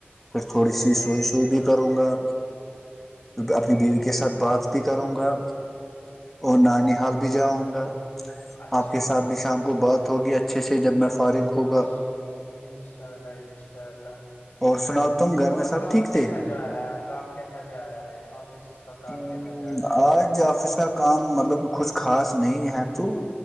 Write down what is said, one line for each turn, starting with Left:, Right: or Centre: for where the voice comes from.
Centre: پھر تھوڑی
Left: چلے
Centre: سی
Left: اچھی
Centre: سوئی سوئی بھی
Left: بات
Centre: کروں گا
Left: ہ
Centre: اپنی بیوی کے ساتھ بات بھی کروں گا اور نانی حال بھی جاؤں گا
Left: اچھی
Centre: آپ کے
Left: بات
Centre: ساتھ بھی شام کو بات ہوگی اچھا چھ جب میں فارغ
Left: انا
Centre: ہوگا
Left: انشاء اللہ انشاء اللہ
Centre: اور سناؤ تم گھر میں
Left: اور
Centre: سب
Left: کام
Centre: ٹھیک تھے
Left: کیسا جا رہا ہے کام کیسا جا رہا ہے آفس کا کام
Centre: ہ
Left: کیسا جا رہا ہے
Centre: آج آفس کا کام مطلب کھ خاص نہیں ہے تو